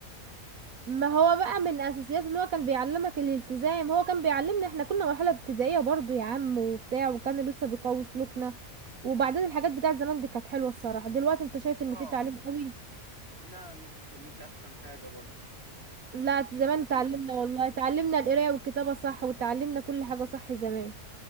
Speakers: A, on the right; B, on the right.
A: ما هو بقى من اساسيات ان هو كان بيعلمك الالتزام هو كان بيعلمنا احنا كنا مرحلة ابتدائية برضو يا عم وبتاع وكان لسه بيقوي سلوكنا وبعدين الحاجات بتاعت زمان دي كانت حلوة الصراحة دلوقتي انت شايف
B: اه
A: ان في تعليم قوي
B: لا مش مش احسن حاجه برضه
A: لا
B: يعني
A: زمان
B: زمان
A: اتعلمنا
B: كان
A: والله اتعلمنا القراية والكتابة صح وتعلمنا كل حاجة صح زمان